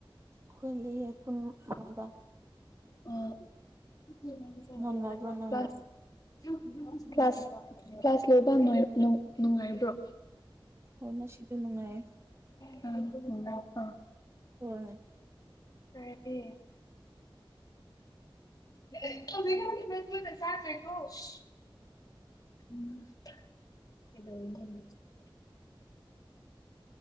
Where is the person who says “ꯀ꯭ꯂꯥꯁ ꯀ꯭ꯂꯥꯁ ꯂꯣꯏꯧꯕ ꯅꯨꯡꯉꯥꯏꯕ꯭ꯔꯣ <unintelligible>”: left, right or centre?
Left